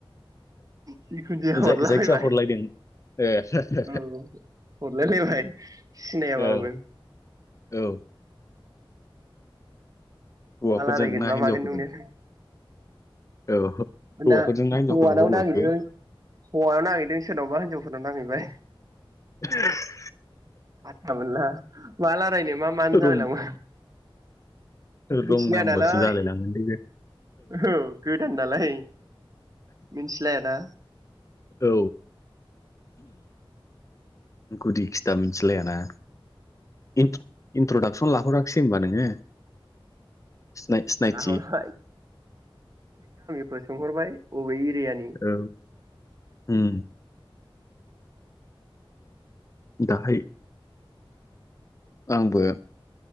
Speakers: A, on the right; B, on the left.
A: जिखुन जाया
B: जाय
A: हरलाबायबाय।
B: जायखिया हरलायदों ए।
A: औ हरलायलायबाय सिनायाबाबो।
B: औ औ। हौवाफोरजों
A: मा रायलायगोन
B: ना
A: मा
B: हिनजावफोरजों
A: मागोन मोनो।
B: औ हौवाफोरजों
A: दा
B: ना हिनजावफोरजों
A: हौवानाव
B: रायलायहरखो
A: नांहैदों हौवानाव नांहैदों सोरनावबा हिनजावफोरनाव नांहैबाय।
B: <unintelligible>
A: फाथथा मोनला मा रायलायनो मा मानो जालाय
B: रं
A: लाङो। मिथिलाया
B: रं नाम्बारसो
A: नालाय
B: जालाय लांगोनलै बे।
A: औ गोदान नालाय मिथिलायाना।
B: औ गुदि खिथा मिथिलायाना। इन्ट्र-इन्ट्रडाक्सन लाहराखिसै होनबा नोङो। सिनायथि।
A: लाहरबाय फोर सोंहरबाय अबे एरियानि।
B: औ उम दाहाय आंबो।